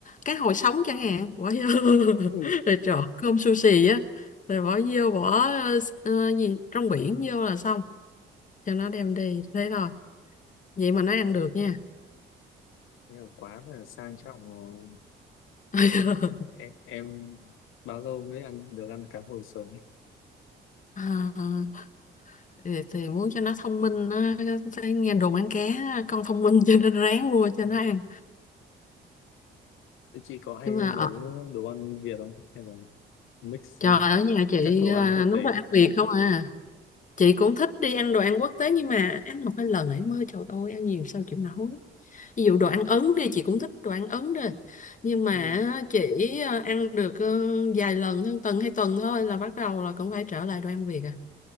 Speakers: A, on the left (about 40°); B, on the left (about 85°).
A: cá hồi sống chẳng hạn bỏ vô <laughs>
B: Ừ.
A: rồi trộn cơm sushi á rồi bỏ vô bỏ ờ, ờ, gì trong biển vô là xong cho nó đem đi thế thôi vậy mà nó ăn
B: Thế,
A: được nha
B: thế là quá là sang trọng rồi.
A: <laughs>
B: Em, em bao lâu mới ăn được ăn cá hồi sống?
A: À, thì, thì muốn cho nó thông minh nó, nó thấy nghe đồn ăn cá con thông minh <laughs> cho nên ráng mua cho
B: Ừ.
A: nó ăn
B: Thế chị có hay
A: nhưng mà
B: nấu
A: ờ,
B: đồ ăn Việt không? Hay là mix
A: trời
B: ừ,
A: ở nhà chị
B: các đồ
A: à,
B: ăn quốc
A: nấu
B: tế?
A: đồ ăn Việt không à chị cũng thích đi ăn đồ ăn quốc tế nhưng mà ăn một cái lần ấy mới trời ơi ăn nhiều sao chịu nổi ví dụ đồ ăn Ấn đi chị cũng thích đồ ăn Ấn đi nhưng mà
B: Ừ.
A: chỉ à, ăn được ừ, vài lần hơn tuần hay tuần thôi là bắt đầu là cũng phải trở lại đồ ăn Việt à